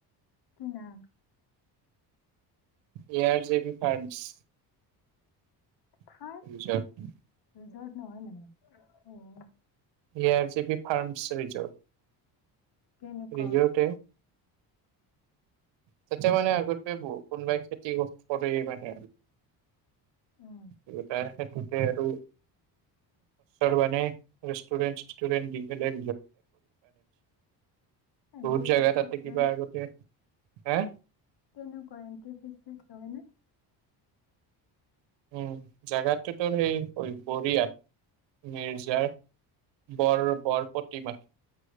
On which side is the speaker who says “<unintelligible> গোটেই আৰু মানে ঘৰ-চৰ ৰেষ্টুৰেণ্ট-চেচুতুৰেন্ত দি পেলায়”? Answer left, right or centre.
Right